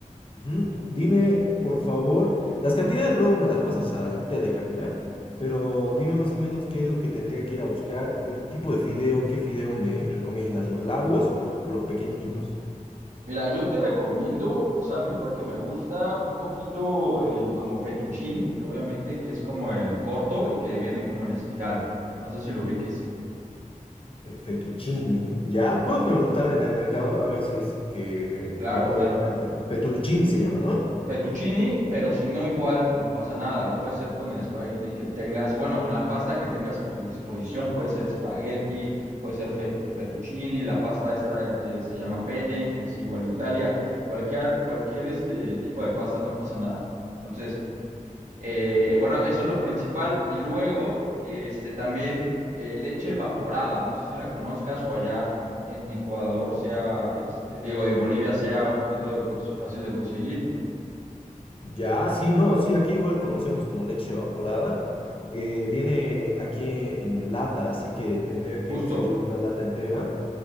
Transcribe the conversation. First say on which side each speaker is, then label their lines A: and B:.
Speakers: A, on the left; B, on the right.
A: Ujú. Dime, por favor, las cantidades luego me las pasas al Telegram, ¿ya? Pero dime más o menos qué es lo que tendría que ir a buscar, el tipo de fideo, qué fideo me recomiendas, los largos o los pequeñitos.
B: Mira, yo te recomiendo, o sea, a mí porque me gusta un poquito el como fettuccini, que obviamente que es como el corto y que viene como en espiral. No sé si lo ubiques.
A: El fettuccini, ¿ya?
B: Fettuccini.
A: Puedo preguntar en el mercado a ver si es que
B: Claro,
A: me pueden
B: claro.
A: guiar también. Fettuccini se llama, ¿no?
B: Fettuccini, pero si no, igual no pasa nada. Lo puedes hacer con el espagueti que tengas, bueno, con la pasta que tengas a tu disposición. Puede ser espagueti, puede ser fet- fettuccini, la pasta esta que se llama pene, que es igual de Italia. Cualquier, cualquier este tipo de pasta no pasa nada. Entonces. Eh, bueno, eso es lo principal. Y luego, este, también eh, leche evaporada. No sé si la conozcas o allá en Ecuador sea, este, digo, en Bolivia sea un poquito de cons- fácil de conseguir.
A: Ya, sí, no, sí, aquí igual conocemos como leche evaporada. Eh, viene aquí en lata, así que tendría
B: Justo,
A: que ser una lata entera.